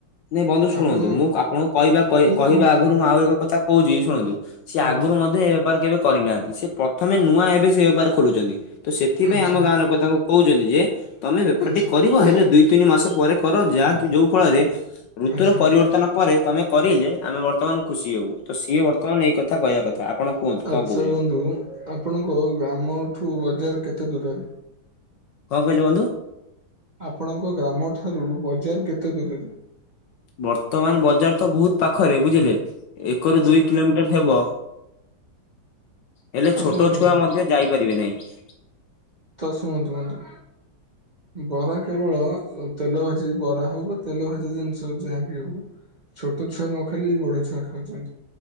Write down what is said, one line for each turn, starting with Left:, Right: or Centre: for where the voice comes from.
Left: ନାଇଁ ବନ୍ଧୁ ଶୁଣନ୍ତୁ,
Right: ଆପଣ
Left: ମୁଁ ଆପଣଙ୍କୁ କହିବା
Right: ମୁଁ
Left: କହିବା
Right: କହୁଛି
Left: ଆଗରୁ ମୁଁ ଆଉ ଏକ କଥା କହୁଛି ଶୁଣନ୍ତୁ। ସିଏ
Right: କୁହନ୍ତୁ
Left: ଆଗରୁ ମଧ୍ୟ ଏ ବେପାର କେବେ କରିନାହାନ୍ତି, ସେ ପ୍ରଥମେ ନୂଆ ଏବେ ସେ ବେପାର ଖୋଲୁଛନ୍ତି ତ ସେ ଏଥିପାଇଁ
Right: ଆଚ୍ଛା
Left: ଆମ ଗାଁ ଲୋକ ତାଙ୍କୁ କହୁଛନ୍ତି ଯେ ତମେ ବେପାର
Right: ଆଚ୍ଛା
Left: ଟି କରିବ ହେଲେ ଦୁଇ ତିନି ମାସ ପରେ କର ଯାହାକି ଯୋଉ ଫଳରେ ଋତୁର
Right: ଆଚ୍ଛା।
Left: ପରିବର୍ତ୍ତନ ପରେ ତମେ କରିଲେ ଆମେ ବର୍ତ୍ତମାନ ଖୁସି ହବୁ ତ ସିଏ ବର୍ତ୍ତ ବର୍ତ୍ତମାନ ନେଇ ଏଇ କଥା କହିବା କଥା ଆପଣ କୁହନ୍ତୁ କଣ
Right: ଆଚ୍ଛା
Left: କହୁଛନ୍ତି?
Right: ବନ୍ଧୁ ଆପଣଙ୍କ ଗ୍ରାମଠୁ ବଜାର କେତେ ଦୂରରେ?
Left: କଣ କହିଲେ ବନ୍ଧୁ?
Right: ଆପଣଙ୍କ ଗ୍ରାମଠାରୁ ବଜାର କେତେ ଦୂରରେ?
Left: ବର୍ତ୍ତମାନ ବଜାର ତ ବହୁତ ପାଖରେ ବୁଝିଲେ ଏକରୁ
Right: ଆଚ୍ଛା
Left: ଦୁଇ କିଲୋମିଟର ହେବ। ହେଲେ
Right: ତ
Left: ଛୋଟ
Right: ଶୁଣନ୍ତୁ
Left: ଛୁଆ
Right: ମୋ କଥା
Left: ମଧ୍ୟ ଯାଇପାରିବେ ନାହିଁ।
Right: ତ ଶୁଣନ୍ତୁ ବନ୍ଧୁ। ବରା କେବଳ ତେଲ ଭାଜି ବରା ହଉ ବା ତେଲ ଭାଜି ଜିନିଷ ଯାହାବି ହଉ ଛୋଟ ଛୁଆ ନ ଖାଇଲେ ବି ବଡ ଛୁଆ ଖାଉଛନ୍ତି,